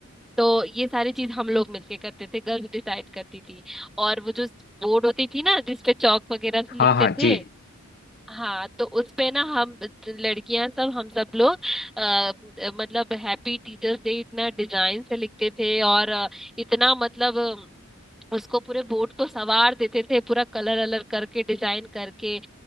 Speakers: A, in the centre; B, on the left (about 45°).
A: तो ये सारी चीज हम लोग मिलके करते थे गर्ल्स डिसाइड करती थी और वो जो बोर्ड होती थी ना जिसपे चौक वगैरह से लिखते
B: हाँ हाँ
A: थे
B: जी
A: हाँ तो उस पे ना हम लड़कियां सब हम सब लोग अ, अ, मतलब हैप्पी टीचर्स डे इतना डिजाइन से लिखते थे और अ, इतना मतलब उसको पूरे बोर्ड को सवार देते थे पूरा कलर अलर करके डिजाइन करके